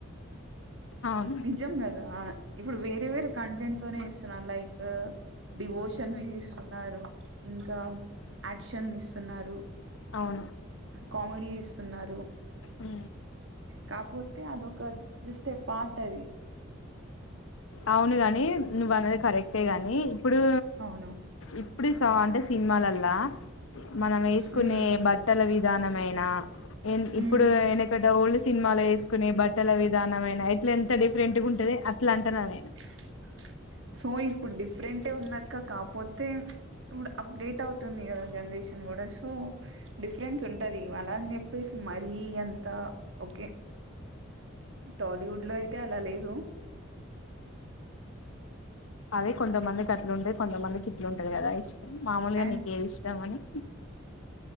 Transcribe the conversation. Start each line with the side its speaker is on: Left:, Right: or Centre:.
Left: అవును
Right: నిజం కదా ఇప్పుడు వేరే వేరే కంటెంట్ తోనే ఇస్తున్నారు లైక్ డివోషన్ వి తీస్తున్నారు ఇంకా యాక్షన్ తీస్తున్నారు
Left: అవును
Right: కామెడీ తీస్తున్నారు
Left: ఉ
Right: కాకపోతే అదొక జస్ట్ ఏ పార్ట్ అది
Left: అవును కాగాని నువ్న్ది కరెక్ట్ అంతేగాని ఇప్పుడు
Right: అవును
Left: ఇప్పుడు అంటే సినిమాలల్లా మనం వేసుకునే
Right: ఉమ్
Left: బట్టల విధానమైన ఎ ఇప్పుడు
Right: ఉమ్
Left: ఎందుకంటే ఓల్డ్ సినిమాలు వేసుకునే బట్టల విధానమైన ఎట్ల డిఫరెంట్గా ఉంటుది అట్లా అంటనని
Right: <unintelligible> సో ఇప్పుడు డిఫరెంట్ే ఉన్నాక కాపోతే ఇప్పుడు అప్డేట్ అవుతుంది కదా జనరేషన్ కూడా సో డిఫరెన్స్ ఉంటంది అలా అని చెప్పేసి మరీ అంత ఓకే టాలీవుడ్ లో అయితే అలా లేదు
Left: అదే కొంతమంది కట్లు ఉండే కొంతమంది ఇట్లుంటది కదా ఐస్ మామూలుగా
Right: అండ్
Left: నీకేదిష్టాం అని